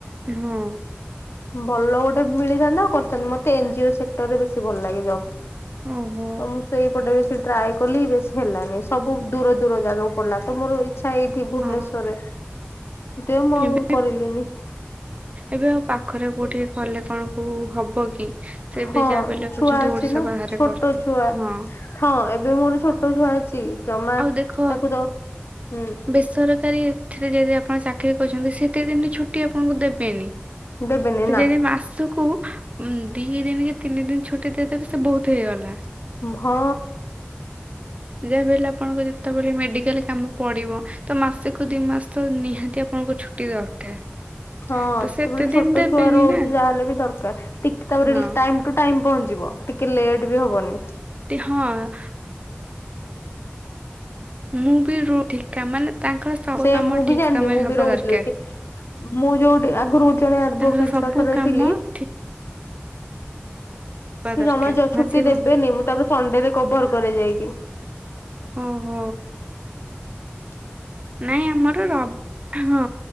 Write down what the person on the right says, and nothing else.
ହଁ
ଓହୋ
ହଁ
ଏବେ
ଏବେ ଆଉ ପାଖରେ କୋଉଠି କଲେ କଣ କୁ ହବ କି? ସେ ଏବେ
ଯାହା ବି ହେଲେ
କହୁଛନ୍ତି
ଓଡିଶା
ବାହାରେ
କର
ହଁ
ଆଉ ଦେଖ
ବେସରକାରୀ ଏଥିରେ ଯଦି ଆପଣ ଚାକିରୀ କରଛନ୍ତି। ସେତେ ଏତେ ଦିନ ଛୁଟି ଆପଣଙ୍କୁ ଦେବେନି।
ଯଦି ମାସକୁ ଉ ଦି ଦିନ କି ତିନି ଦିନ ଛୁଟି ଦେଇଦେବେ ସେ ବହୁତ ହେଇଗଲା।
ଯହା ବି ହେଲେ ଆପଣଙ୍କ ଯେତେବେଳେ ମେଡିକାଲ କାମ ପଡିବ ତ ମାସକୁ ଦି ମାସ ତ ନିହାତି ଆପଣଙ୍କୁ ଛୁଟି ଦରକାର।
ତ
ସେତେ
ଦିନ ଦେବେନି
ନା
ହଁ
ଟି ହଁ। ମୁଁ ବି ରୁ ଠିକା ମାନେ ତାଙ୍କର ସବୁ
କାମ
ଠିକ
ସମୟରେ
ହବା
ଦରକାର।
ତାଙ୍କର ସବୁ
କାମ
ଠିକ ହବା
ଦରକାର
ଆସିବ
ହଁ ହଁ।
ନାହିଁ ଆମର ରବ ହଁ